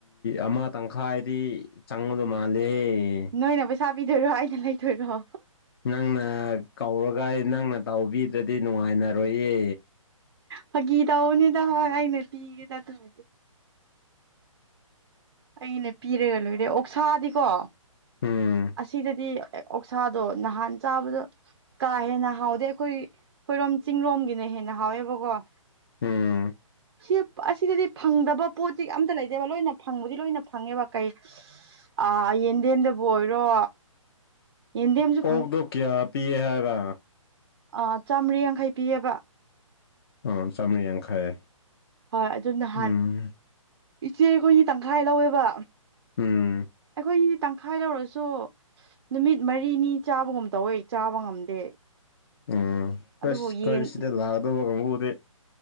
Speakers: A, on the left; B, on the right.
A: ꯑꯃ ꯇꯪꯈꯥꯏꯗꯤ ꯆꯪꯉꯗꯣꯏ ꯃꯥꯜꯂꯦ ꯑꯦ
B: ꯅꯣꯏꯅ ꯄꯩꯁꯥ ꯄꯤꯗꯣꯏꯔꯣ ꯑꯩꯅ ꯂꯩꯗꯣꯏꯔꯣ
A: ꯅꯪꯅ ꯀꯧꯔꯒ ꯅꯪꯅ ꯇꯧꯕꯤꯗ꯭ꯔꯗꯤ ꯅꯨꯡꯉꯥꯏꯅꯔꯣꯏꯌꯦ
B: ꯐꯒꯤ ꯇꯧꯕꯅꯤꯗ ꯍꯥꯏꯔ ꯑꯩ <unintelligible> ꯑꯩ ꯂꯤꯄꯤꯔꯒ ꯂꯣꯏꯔꯦ ꯑꯣꯛꯁꯥꯗꯤꯀꯣ
A: ꯎꯝ
B: ꯑꯁꯤꯗꯗꯤ ꯑꯣꯛꯁꯥꯗꯣ ꯅꯍꯥꯟ ꯆꯥꯕꯗ ꯀꯥ ꯍꯦꯟꯅ ꯍꯥꯎꯗꯦ ꯑꯩꯈꯣꯏ ꯑꯩꯈꯣꯏꯔꯣꯝ ꯆꯤꯡꯔꯣꯝꯒꯤꯅ ꯍꯦꯟꯅ ꯍꯥꯎꯋꯦꯕꯀꯣ
A: ꯎꯝ
B: ꯁꯤ ꯑꯁꯤꯗꯗꯤ ꯐꯪꯗꯕ ꯄꯣꯠꯇꯤ ꯑꯝꯇ ꯂꯩꯇꯦꯕ ꯂꯣꯏꯅ ꯐꯪꯕꯗꯤ ꯂꯣꯏꯅ ꯐꯪꯉꯦꯕ ꯀꯩ ꯑ ꯌꯦꯟꯗꯦꯝꯗꯕꯨ ꯑꯣꯏꯔꯣ ꯌꯦꯟꯗꯦꯝꯁꯨ
A: ꯑꯣꯛꯗꯣ ꯀꯌꯥ ꯄꯤꯌꯦ ꯍꯥꯏꯕ
B: ꯑꯥ ꯆꯥꯝꯔꯤ ꯌꯥꯡꯈꯩ ꯄꯤꯌꯦꯕ
A: ꯎꯝ ꯆꯥꯝꯃꯔꯤ ꯌꯥꯡꯈꯩ
B: ꯍꯣꯏ ꯑꯗꯨ ꯅꯍꯥꯟ
A: ꯎꯝ
B: ꯏꯆꯦꯈꯣꯏꯅꯤ ꯇꯪꯈꯥꯏ ꯂꯧꯋꯦꯕ
A: ꯎꯝ
B: ꯑꯩꯈꯣꯏꯒꯤꯗꯤ ꯇꯪꯈꯥꯏ ꯂꯧꯔꯁꯨ ꯅꯨꯃꯤꯠ ꯃꯔꯤꯅꯤ ꯆꯥꯕꯒꯨꯝ ꯇꯧꯋꯦ ꯆꯥꯕ ꯉꯝꯗꯦ
A: ꯎꯝ
B: ꯑꯗꯨꯕꯨ
A: ꯑꯁ ꯑꯩꯈꯣꯏ
B: ꯌꯦꯟ
A: ꯁꯤꯗ ꯂꯥꯛꯀꯗꯧꯕ ꯀꯥꯡꯕꯨꯗꯤ